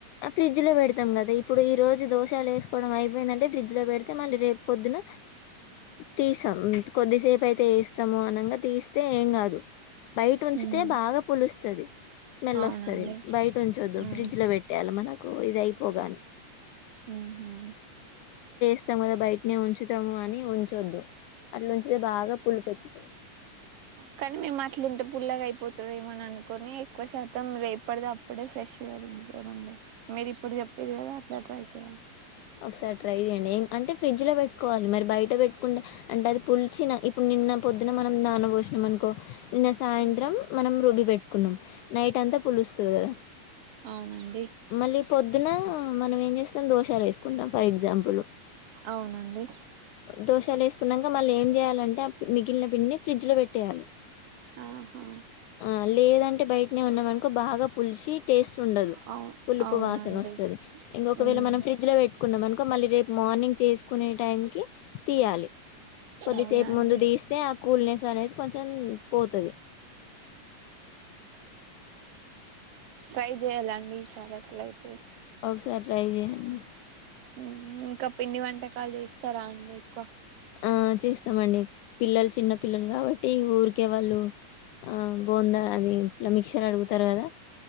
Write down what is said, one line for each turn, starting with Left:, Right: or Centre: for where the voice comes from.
Left: ఆ ఫ్రిడ్జ్ లో పెడతాం కదా, ఇప్పుడు ఈ రోజు దోషాలేసుకోవడం అయిపోయిందం అంటే ఫ్రిడ్జ్ లో పెడితే మళ్ళీ రేపు పొద్దున తీస్తాం. కొద్దిసేపయితే వేస్తే వేస్తము అనగా తీస్తే ఏం గాదు. బైటుంచితే
Right: ఉమ్
Left: బాగా పులుస్తది, స్మెల్
Right: అవునండి
Left: వస్తది, బయటుంచొద్దు.
Right: ఉమ్
Left: ఫ్రిడ్జ్ లో పెట్ తెల మనకు ఇదయిపోగానే
Right: ఉహా
Left: కొంతమంది బయటనే ఉంచుతాము, అని ఉంచొద్దు. అట్లా ఉంచితే బాగా పులుపు ఎక్కుతది
Right: కానీ మేమట్లుండం. పుల్లగయి పోతదేమోననుకోని ఎక్కువ శాతం ఎప్పటిదప్పుడే ఫ్రెష్ గా రుబ్బి మీరిప్పుడు చెప్పిరి గదా అట్లా ట్రై చెయ్యం
Left: ఒకసారి ట్రై చేయండి ఏం అంటే ఫ్రిడ్జ్లో పెట్టుకోవాలి, మరి బయట పెట్టుకుంటే అంటే అది పులిచిన ఇప్పుడు నిన్న పొద్దున మనం దానిలో పోసి అనుకో నిన్న సాయంత్రం
Right: అవునా
Left: మనం రుబ్బి పెట్టుకున్నాం. నైట్ అంతా పులుస్తదా
Right: అవునను
Left: మళ్ళీ పొద్దున మనం ఏం చేస్తాం దోషాలేసుకుంటాం, ఫర్ ఎగ్జాంపుల్
Right: అవునండి
Left: దోషాల కున్నాక మళ్ళీ ఏం చేయాలంటే మిగిలిన పిండిని ఫ్రిడ్జ్ లో పెట్టేయాలి.
Right: ఆహా
Left: ఆ లేదంటే బయటనే ఉన్నామనుకో బాగా పులిచి టేస్ట్ ఉండదు.
Right: అవు
Left: పులుపు
Right: అవునండి
Left: వాసనొస్తది. ఇంకొకవేళ
Right: ఉమ్
Left: మనం ఫ్రిడ్జ్ లో పెట్టుకున్నామనుకో, మళ్ళీ రేపు మార్నింగ్ చేసుకునే టైంకి తీయాలి. కొద్దిసేపు
Right: అవునండి
Left: ముందు తీస్తే ఆ కూల్నెస్ అనేది కొంచెం పోతది.
Right: ట్రై చేయాలండి, ఈసారెట్లయినా
Left: ఒకసారి ట్రై చెయండి.
Right: ఉమ్ ఇంకా పిండి వంటకాలు చేస్తరా అండి ఎక్కువ?
Left: ఆ చేస్తామండి పిల్లలు చిన్న పిల్లలు కాబట్టి ఊరికే వాళ్ళు ఆ బోండా అనీ, ఇట్లా మిక్సర్ అడుగుతారు గదా!